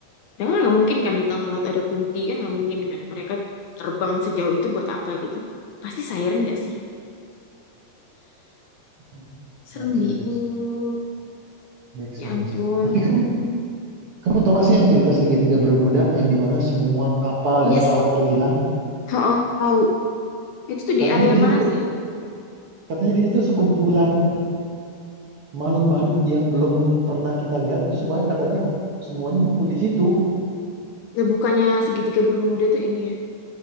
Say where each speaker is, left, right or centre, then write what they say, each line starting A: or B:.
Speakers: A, on the left (about 70°); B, on the right (about 50°).
A: Ya kan nggak mungkin kan di tengah laut ada kunti kan nggak mungkin kan. Mereka terbang sejauh itu buat apa gitu? Pasti siren nggak sih?
B: Hmm,
A: Serem
B: Make sense,
A: biut.
B: make
A: Ya
B: sense.
A: ampun.
B: Tapi kan kamu tau gak sih yang cerita segitiga Bermuda yang dimana semua kapal
A: Yes.
B: dan pesawat itu hilang?
A: Heeh, tahu. Itu tuh di
B: Katanya
A: area
B: di situ,
A: mana sih?
B: katanya di situ sekumpulan makhluk-makhluk yang belum pernah kita lihat itu semuanya katanya semuanya ngumpul di situ.
A: Ya bukannya segitiga Bermuda tuh ini ya?